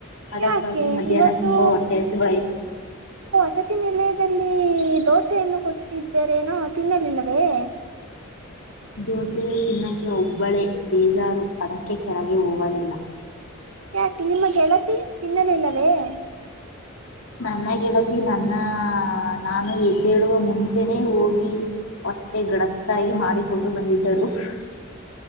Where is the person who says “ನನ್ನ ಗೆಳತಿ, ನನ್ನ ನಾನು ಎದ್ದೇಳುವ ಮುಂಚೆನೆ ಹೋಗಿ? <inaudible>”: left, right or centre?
Left